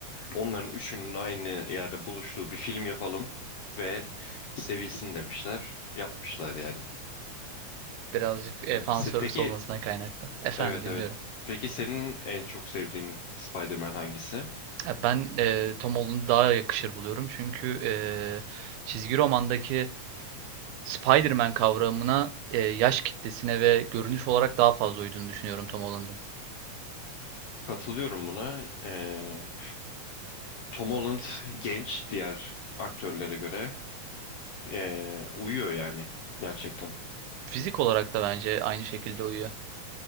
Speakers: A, on the left (about 65°); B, on the right (about 85°).
A: Onların üçünün aynı yerde buluştuğu bir film yapalım ve sevilsin demişler. Yapmışlar yani.
B: Birazcık e,
A: Yani
B: fan
A: se-
B: service
A: peki
B: olmasına kaynaklı. Efendim
A: evet
B: dinliyorum.
A: evet. Peki senin en çok sevdiğin Spider-Man hangisi?
B: E, ben e, Tom Holland'ı daha yakışır buluyorum çünkü e, çizgi romandaki Spider-Man kavramına e, yaş kitlesine ve görünüş olarak daha fazla uyduğunu düşünüyorum Tom Holland'ın.
A: Katılıyorum buna. Ee, Tom Holland genç diğer aktörlere göre ee, uyuyor yani gerçekten.
B: Fizik olarak da bence aynı şekilde uyuyor.